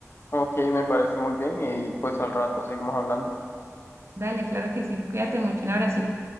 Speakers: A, on the left (about 45°); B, on the right (about 55°).
A: Ok, me parece muy bien y pues al rato seguimos hablando.
B: Dale, claro que sí. Cuídate mucho, un abracito.